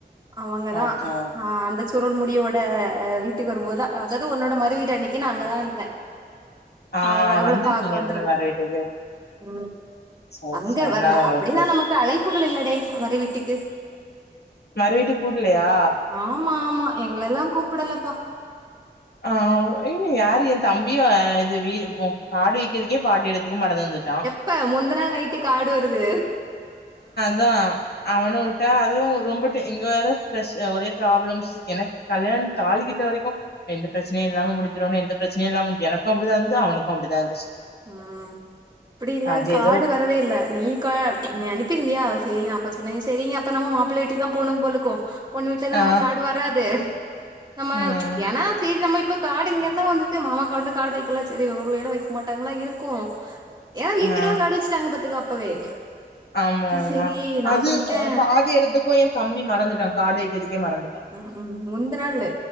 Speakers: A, on the right (about 25°); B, on the left (about 65°).
A: அவங்க தா
B: ஓகே ஓ
A: ஆ அந்த சுருள் முடியோட வீட்டுக்கு வரும்போதா அதாவ்து உன்னோட மறுவீடு அன்னக்கி நா அங்க தாருந்தே
B: ஆ
A: அவ் அவ்ள
B: வந்திருக்கீங்க
A: பாக்க வந்துருந்தே
B: தான மறு வீட்டுக்கு
A: ம்
B: சேரி
A: அங்க
B: சேரி அதனால
A: வர்ல
B: உங்களுக்கு
A: அப்டின்னா
B: தெரியு
A: நமக்கு அழைப்புகள் இல்லடே மறு வீட்டுக்கு
B: மறு வீட்டுக்கு கூப்புலயா
A: ஆமா மா எங்கலல்லா கூப்புடலப்பா
B: ஆ உ இல்லயே யாரு எ தம்பியோ ஆ இது வீ ஒ ப்ப காடு விக்கிறதுக்கே பாட்டி எடத்துக்கு மறந்து வந்துட்டா
A: இப்ப முந்த நாள் நைட்டு காடு வருது
B: தா அவன விட்டா அதுவு ரொம்ப ட இங்க வேற ஃப்ரெஷ் ஒரே ப்ராப்ளம்ஸ் எனக்கு கல்யாணோ தாலி கிட்ட வரைக்கு எந்த பிரச்சனையு இல்லாம முடிஞ்சிரனும் எந்த பிரச்சனையும் இல்லாம எனக்கும் அப்டிதா இருந்தது அவனுக்கும் அப்டிதா இருந்துச்சு
A: ம் அப்டில்ல
B: அது
A: காடு
B: ஏதோ
A: வந் வரவே இல்ல நீ கா நீ அனுப்பிருந்தியா சரி நா அப்ப சொன்னே செரிங்க அப்ப நம்ம மாப்ள வீட்டிக்கு தா போனும் போலுக்கோ பொண்ணு வீட்லந்து
B: ஆ
A: நமக்கு காடு வராதே நம்ம
B: ம்
A: ஏன்னா சைரி நம்ம இப்ப காடு இங்க இருந்தானே வந்திருக்கு மாமாக் கொண்டு காடு வெக்கலா செரி ஒரு வேல வெக்க மாட்டாங்ளா இருக்கு ஏயா வீட்டுக்கெல்லா
B: ஆ
A: காடு வெச்சிட்டாங்க பாத்துக்கோ அப்பவே
B: ஆமா
A: அப்ப
B: ஆமா
A: சேரி நா
B: அது
A: சொல்லிட்டே
B: பாதி எடத்துக்கு என் தம்பி மறந்துட்டா காடு வெக்கிறதுக்கே மறந்து
A: ம் ம் முந்த நாளு